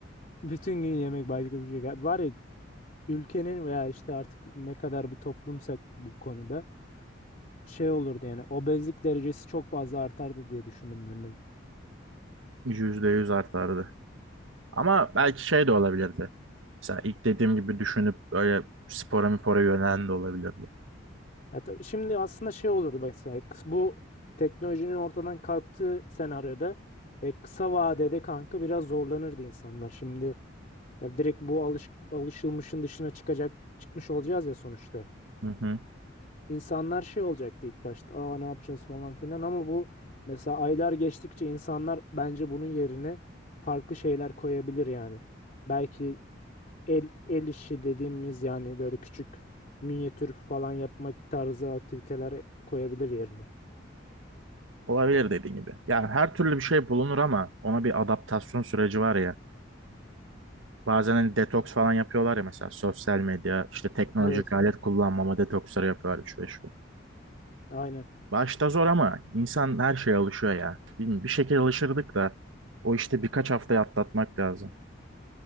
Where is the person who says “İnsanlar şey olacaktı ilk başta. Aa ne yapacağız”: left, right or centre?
Left